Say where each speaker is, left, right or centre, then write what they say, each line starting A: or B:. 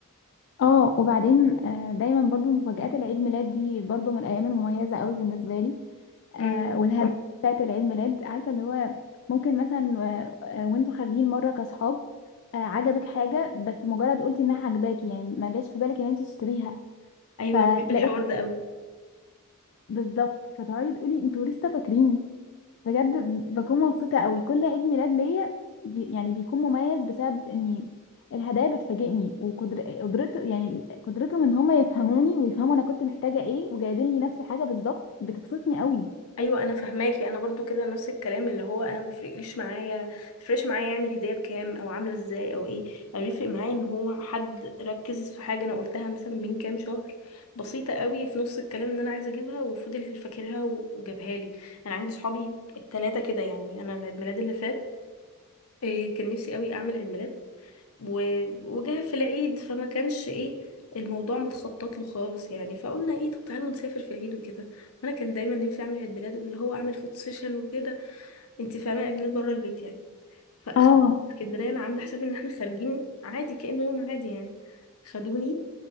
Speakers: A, on the left; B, on the left.
A: اه وبعدين آه، دايما برضو مفاجآت العيد ميلاد دي برضو من الايام المميزة قوي بالنسبة لي
B: مم.
A: آه والهدايا بتاعت العيد ميلاد عارفة اللي هو ممكن مثلا آه، آه، وانتوا خارجين مرة كاصحاب آه عجبك حاجة بس مجرد قلتي انها عجباكي يعني ما جاش في بالك ان انت تشتريها
B: ايوه
A: فتلاقي
B: بحب الحوار ده قوي
A: بالظبط فتقعدي تقولي انتوا لسه فاكرين بجد بكون مبسوطة قوي كل عيد ميلاد ليا بي يعني بيكون مميز بسبب اني الهدايا بتفاجئني وقدر قدرت يعني ال- قدرتهم ان هما يفهموني ويفهموا انا كنت محتاجة ايه وجايبين لي نفس الحاجة بالظبط بتبسطني قوي
B: ايوه انا فهماكي انا برضو كده نفس الكلام اللي هو انا ما بيفرقليش معايا ما بيفرقش معايا يعني الهديه بكام او عامله ازاي او ايه انا بيفرق معايا ان هو حد ركز في حاجه انا قلتها مثلا من كام شهر بسيطه قوي في نص الكلام ان انا عايزه اجيبها وفضل فاكرها و- وجابها لي انا عندي صحابي التلاتة كده يعني انا العيد ميلاد اللي فات إيه، كان نفسي قوي اعمل عيد ميلاد و- وجه في العيد فما كانش ايه الموضوع متخطط له خالص يعني فقلنا ايه طب تعالوا نسافر في العيد وكده وانا كان دايما نفسي اعمل عيد ميلاد واللي هو اعمل فوتو سيشن وكده انت فاهمه عيد ميلاد بره البيت يعني فاخدت
A: اه
B: اسكندريه انا عامله حسابي ان احنا خارجين عادي كانه يوم عادي يعني خدوني